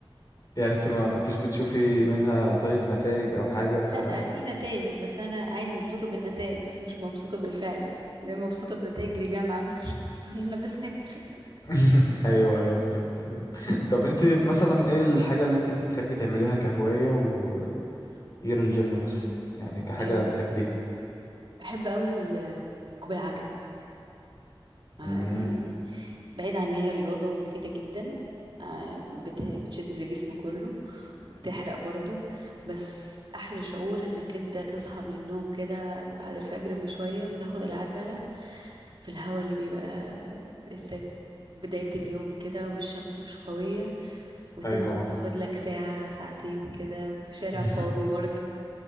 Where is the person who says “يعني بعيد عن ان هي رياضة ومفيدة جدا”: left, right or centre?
Right